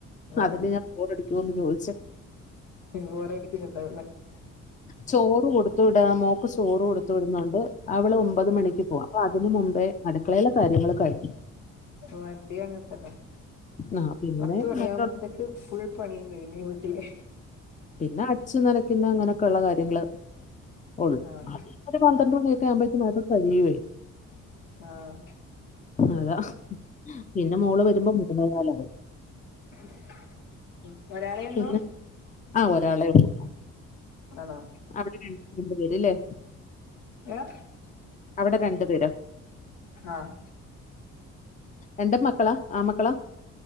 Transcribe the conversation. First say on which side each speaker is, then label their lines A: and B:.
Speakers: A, on the left (about 80°); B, on the left (about 25°).
A: ആഹ്
B: അതല്ലേ ഞാൻ ബോറടിക്കുമോന്ന് ചോദിച്ചേ?
A: ബോറടിക്കുന്നുണ്ടാവുല്ലേ?
B: ചോറ് കൊടുത്ത് വിടാ മോക്ക് ചോറ് കൊടുത്തു വിടുന്നുണ്ട് അവള് ഒമ്പത് മണിക്ക് പോവണം. അപ്പൊ അതിന് മുമ്പേ അടുക്കളയിലെ കാര്യങ്ങൾ കഴിയും.
A: വണ്ടി അങ്ങനെത്തന്നെ
B: ആ പിന്നെ
A: പത്ത് പണിയകുമ്പോത്തേക്ക്
B: മറ്റ
A: ഫുൾ പണിയും കഴിഞ്ഞ്. വീട്ടില്
B: പിന്നെ അടിച് നനക്കുന്നു അങ്ങനെയൊക്കെള്ള കാര്യങ്ങള്. ഒള്ളു
A: ആഹ്
B: അതൊക്കെ ഒരു പന്ത്രണ്ട് മണിയൊക്കെ ആവുമ്പോഴക്കും അതൊക്കെ കഴിയുമേ?
A: ആഹ്
B: അതാ പിന്നെ മോള് വരുമ്പോ മൂന്നേ കാലാവും.
A: <unintelligible> ഒരാളേ ഒള്ളൂ
B: പിന്നെ ആ ഒരാളെ ഉള്ളൂ
A: ആണോ?
B: അവിടെ രണ്ട്, രണ്ടു പേര്ല്ലേ?
A: <unintelligible>
B: അവിടെ രണ്ടു പേരോ?
A: ആഹ്
B: രണ്ട്മക്കളാ? ആൺ മക്കളാ?